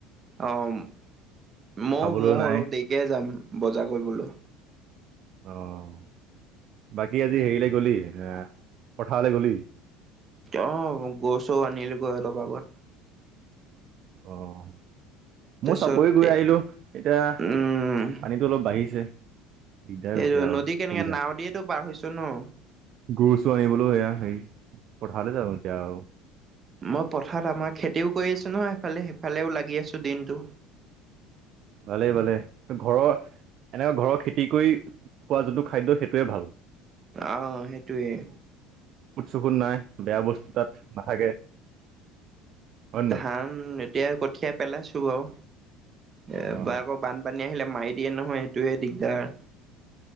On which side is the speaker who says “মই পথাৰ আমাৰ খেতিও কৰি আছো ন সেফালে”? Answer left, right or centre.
Right